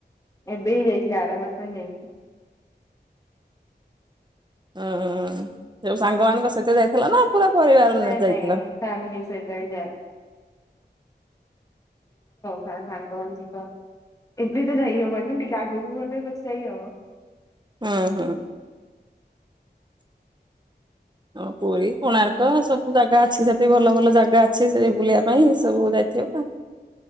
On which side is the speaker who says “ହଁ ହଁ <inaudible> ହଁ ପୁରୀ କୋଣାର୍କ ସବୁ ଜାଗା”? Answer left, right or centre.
Right